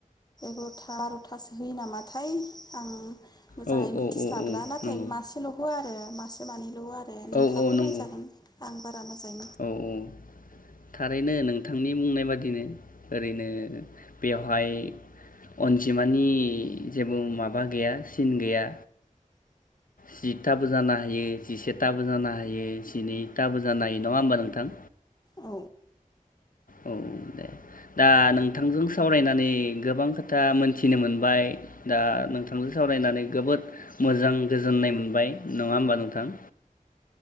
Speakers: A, on the left; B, on the left.
A: बार'थासो होयो नामाथाय आं मोजाङै
B: औ औ
A: मिथिस्लाबला
B: औ
A: नाथाय
B: नंगौ
A: मासेल' होआ आरो मासे मानै होआ आरो नोंथांङा
B: औ औ
A: फोरमाय
B: नंगौ
A: जागोन आं बारा मोजां
B: औ औ थारैनो नोंथांनि बुंनाय बादिनो ओरैनो बेवहाय अनजिमानि जेबो माबा गैया सिन गैया जिथाबो जानो हायो जिसेथाबो जानो हायो जिनैथाबो जानो हायो नङा होमबा नोंथां?
A: औ
B: औ दे। दा नोंथांजों सावरायनानै गोबां खोथा मोनथिनो मोनबाय दा नोंथांजों सावरायनानै जोबोद मोजां गोजोननाय मोनबाय नङा होमबा नोंथां?